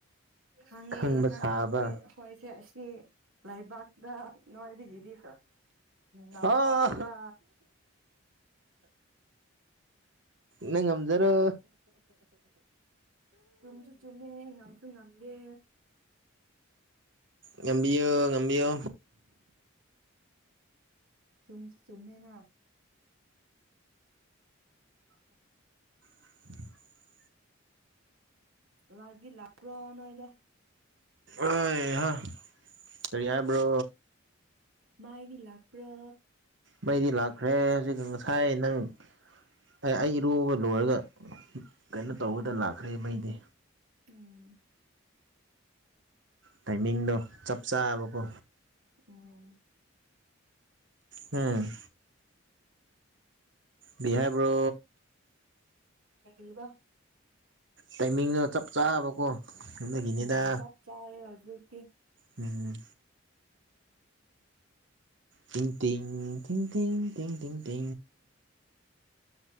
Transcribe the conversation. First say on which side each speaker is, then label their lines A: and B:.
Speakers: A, on the right (about 85°); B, on the right (about 60°).
A: ꯈꯪꯉꯦ
B: ꯈꯪꯕ
A: ꯈꯪꯉꯦ
B: ꯁꯥꯕ
A: ꯍꯈꯣꯏ ꯑꯩꯈꯣꯏꯁꯦ ꯑꯁꯤ ꯂꯩꯕꯥꯛꯇ ꯅꯗꯤꯒꯤꯗꯤ ꯅ
B: ꯑꯥ
A: ꯊꯣ ꯑꯦꯗ
B: ꯅꯪ ꯉꯝꯖꯔꯣ
A: ꯆꯨꯝꯁꯨ ꯆꯨꯝꯃꯦ ꯉꯪꯁꯨ ꯉꯪꯒꯦ
B: ꯉꯕꯤꯌ ꯉꯕꯤꯌ
A: ꯆꯨꯝꯁꯨ ꯆꯨꯝꯃꯦꯅ ꯑꯣ
B: <inaudible>
A: ꯂꯥꯛꯗꯤ ꯂ ꯄꯨ꯭ꯔꯣꯅꯅꯨꯡꯣꯏꯗ
B: ꯑ ꯍ ꯀꯔꯤ ꯌꯥꯏꯕ꯭ꯔꯣ
A: ꯃꯥꯥꯏꯗꯤ ꯂꯥꯛꯄ꯭ꯔ
B: ꯃꯩꯗꯤ ꯂꯥꯛꯈ꯭ꯔꯦ ꯍꯧꯖꯤꯛ ꯉꯁꯥꯏ ꯅꯪ ꯑꯩ ꯏꯔꯨꯕ ꯂꯣꯏꯔꯒ ꯀꯩꯅꯣ
A: ꯎꯝ
B: ꯇꯧꯕꯗ ꯂꯥꯛꯈ꯭ꯔꯦ ꯃꯩꯗꯤ
A: ꯎꯝ
B: ꯇꯥꯏꯃꯤꯡꯗꯣ ꯆꯞ ꯆꯥꯕꯀꯣ
A: ꯑꯣ
B: ꯎꯝ ꯕꯤꯍꯥꯔꯕ꯭ꯔꯣ
A: ꯀꯔꯤꯕ
B: ꯇꯥꯏꯃꯤꯡꯗꯨꯣ ꯆꯞ ꯆꯥꯕꯀꯣ ꯑꯗꯨꯒꯤꯅꯤꯗ
A: ꯎꯝ ꯆꯞ ꯆꯥꯔꯦ ꯍꯧꯖꯤꯛ
B: ꯎꯝ ꯇ ꯇ ꯇ ꯇ ꯇ ꯇꯤꯡ ꯇ